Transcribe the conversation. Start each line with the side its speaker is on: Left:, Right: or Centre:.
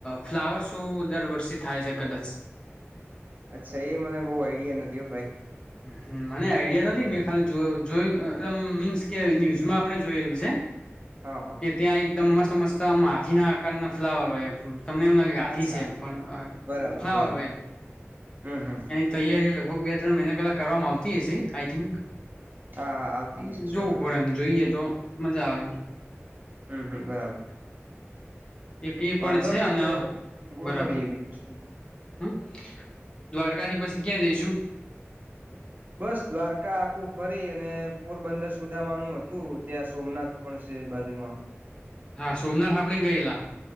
Left: ફ્લાવર શો દર વર્ષે થાય છે કદાચ
Right: અચ્છા એ મને બહુ આઈડિયા નથી ભાઈ
Left: હ મને આઈડિયા નથી મેં ખાલી જોયું એ મીન્સ કે ન્યૂઝમાં આપણે જોયેલું છે
Right: હા હા
Left: કે ત્યાં એકદમ મસ્ત મસ્ત હાથી ના આકાર ના ફ્લાવર હોય એમ તમને એમ લાગે આથી
Right: અચ્છા
Left: છે એમ પણ
Right: બરાબર
Left: ફ્લાવર
Right: બરાબર
Left: હોય એમ
Right: હમ હમ
Left: એની તૈયારી લ લગભગ બે ત્રણ મહિના પહેલા કરવામાં આવતી હી આઈ થિંક
Right: હા હા આવતી
Left: પણ
Right: છે સો
Left: જોવું
Right: ટકા
Left: પડે એમ જોઈએ તો મજા આવે
Right: હમ હમ બરાબર
Left: એક એ
Right: વાંધો
Left: પણ છે
Right: નહી
Left: અને
Right: તો ગોઠવીએ
Left: બરાબર
Right: બીજું શું
Left: હમ દ્વારકાથી પછી ક્યાં જઈશું
Right: બસ દ્વારકા આખું ફરી અને પોરબંદર સુદામાનું હતું ત્યાં સોમનાથ પણ છે બાજુમાં.
Left: હા સોમનાથ આપણે ગયેલા